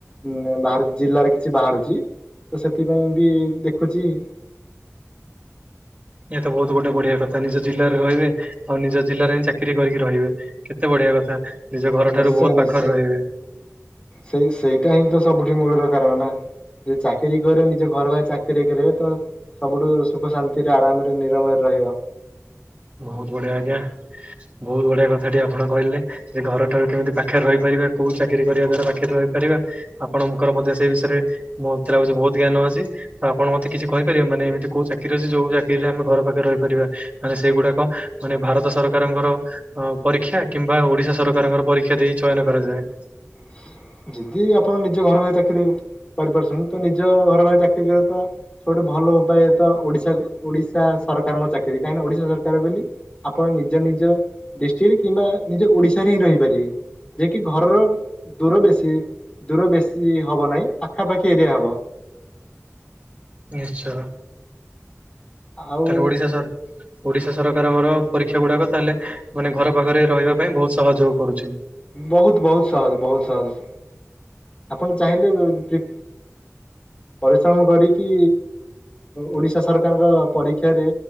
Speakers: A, on the left (about 20°); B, on the right (about 30°).
A: ମୁଁ ବାହରୁ ଜିଲ୍ଲାରେ କିଛି ବାହାରୁଛି, ତ ସେଥିପାଇଁ ବି ଦେଖୁଛି। <inaudible>
B: ଇଏ ତ ବହୁତ ଗୋଟେ ବଢିଆ କଥା। ନିଜ ଜିଲ୍ଲାରେ ରହିବେ ଆଉ ନିଜ ଜିଲ୍ଲାରେ ହିଁ ଚାକିରି କରିକି ରହିବେ। କେତେ ବଢିଆ କଥା ନିଜ ଘର
A: ନିଶ୍ଚୟ
B: ଠାରୁ ବହୁତ
A: ନିଶ୍ଚୟ
B: ପାଖରେ ରହିବେ
A: ସେଇ ସେଇଟା ହିଁ ତ ସବୁଠି ମୂଳର କାରଣ ନା। ଯେ ଚାକିରିୀ କରେ ନିଜ ଘର ଭାଇ ଚାକିରୀ କରିବେ, ତ ସବୁଠୁ ସୁଖ ଶାନ୍ତିରେ ଆରାମରେ ନିରମରେ ରହିବ। <inaudible>
B: ବହୁତ ବଢିଆ ଆଜ୍ଞା। ବହୁତ ବଢିଆ କଥା ଟେ ଆପଣ କହିଲେ, ଯେ ଘର ଠାରୁ କେମିତି ପାଖରେ ରହିପାରିବା କୋଉ ଚାକିରି କରିବା ଦ୍ଵାରା ପାଖରେ ରହିପାରିବା ଆପଣଙ୍କର ବୋଧେ, ସେ ବିଷୟରେ ମତେ ଲାଗୁଛି ବହୁତ ଜ୍ଞାନ ଅଛି ତ ଆପଣ ମତେ କିଛି କହିପାର ମାନେ ଏମିତି କୋଉ ଚାକିରୀ ଅଛି ଯୋଉ ଚାକିରୀରେ, ଆମ ଘର ପାଖରେ ରହିପାରିବା ମାନେ ସେଗୁଡାକ ମାନେ ଭାରତ ସରକାରଙ୍କର ପରୀକ୍ଷା, କିମ୍ବା ଓଡିଶା ସରକାରଙ୍କର ପରୀକ୍ଷା ଦେଇ ଚୟନ କରାଯାଏ।
A: ହ <inaudible> ଯିଦି ଆପଣ ନିଜ ଘର ପାଖେ ଚାକିରୀ କରିପାରୁଛନ୍ତି, ତ ନିଜ ଘର ପାଖ ଚାକିରି କରିବା ତଟ ଭଲ ଉପାୟ ତ ଓଡ଼ିଶା ଓଡିଶା ସରକାରଙ୍କ ଚାକିରିୀ, କାହିଁକି ନା ଓଡିଶା ସରକାର ବୋଲି ଆପଣ ନିଜ ନିଜ ଡିଷ୍ଟିକଟ କିମ୍ବା ନିଜ ଓଡିଶାରେ ହିଁ ରହିପାରିବେ। ଯେ କି ଘରର ଦୂର ବେଶୀ ଦୂର ବେଶୀ ହବ ନାହିଁ ପାଖାପାଖି ଏରିଆ ହବ।
B: ନିଶ୍ଚୟ
A: ଆଉ
B: ତାହାଲେ ଓଡିଶା ସର ଓଡିଶା ସରକାରଙ୍କର ପରୀକ୍ଷା ଗୁଡାକ, ତାହେଲେ ମାନେ ଘର ପାଖରେ ରହିବା ପାଇଁ ବହୁତ ସହଯୋଗ କରୁଛି।
A: ବହୁତ ବହୁତ ସହଜ ବହୁତ ସହଜ। ଆପଣ ଚାହିଁଲେ ପରିଶ୍ରମ କରିକି ଓଡିଶା ସରକାରଙ୍କ ପରୀକ୍ଷାରେ